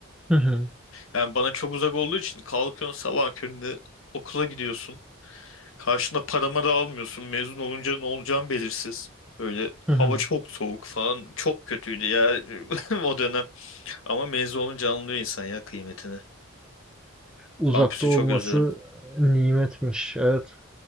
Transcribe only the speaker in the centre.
Hı hı,
hı hı.
Uzakta
olması
e, nimetmiş. Evet.